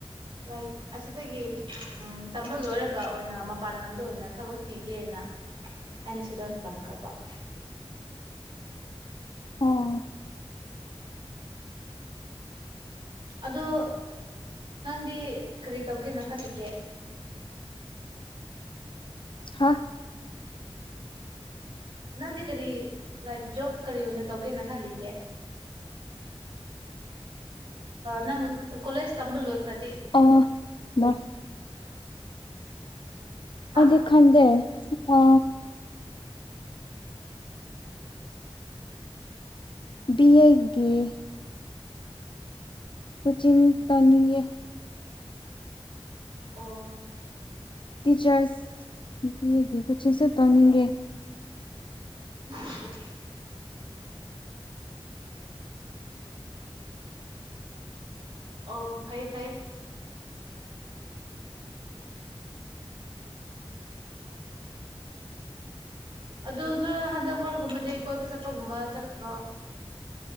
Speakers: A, on the right; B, on the left.
A: ꯂꯥꯏꯛ ꯑꯁꯤꯗꯒꯤ ꯎꯝ ꯇꯝꯕ ꯂꯣꯏꯔꯒ ꯑꯣꯏꯅ ꯃꯄꯥꯟ ꯂꯝꯗ ꯑꯣꯏꯅ ꯊꯕꯛ ꯊꯤꯒꯦꯅ ꯑꯩꯅ ꯁꯤꯗ ꯑꯣꯏꯅ ꯇꯝꯈ꯭ꯔꯕ
B: ꯑꯣꯥ
A: ꯑꯗꯣ ꯅꯪꯗꯤ ꯀꯔꯤ ꯇꯧꯒꯦꯅ ꯈꯜꯂꯤꯒꯦ
B: ꯍꯥꯥꯛ
A: ꯅꯪꯗꯤ ꯀꯔꯤ ꯂꯥꯏꯛ ꯖꯣꯕ ꯀꯔꯤ ꯑꯣꯏꯅ ꯇꯧꯒꯦꯅ ꯈꯜꯂꯤꯒꯦ ꯅꯪ ꯀꯣꯂꯦꯖ ꯇꯝꯕ ꯂꯣꯏꯈ꯭ꯔꯗꯤ
B: ꯑ ꯂ
A: ꯍꯥ
B: ꯑꯗꯤ ꯈꯪꯗꯦ ꯑ ꯕꯤ ꯑꯒꯤꯦ ꯀꯣꯏꯆꯤꯟ ꯇꯥꯅꯤꯡꯉꯦ
A: ꯑꯣ
B: ꯇꯤꯆꯔꯁ ꯅꯨꯄꯤꯤ ꯑꯦꯒꯤ ꯀꯣꯏꯆꯤꯡꯁꯨ ꯇꯧꯅꯤꯡꯉꯦ
A: <unintelligible> ꯑꯣ ꯐꯩ ꯐꯥꯏ ꯑꯗꯨ ꯅꯣꯏ ꯍꯟꯗꯛ ꯃꯔꯒꯨꯝꯕꯗꯤ ꯀꯣꯏꯕ ꯆꯠꯄꯒꯨꯝꯕ ꯆꯠꯇ꯭ꯔꯣ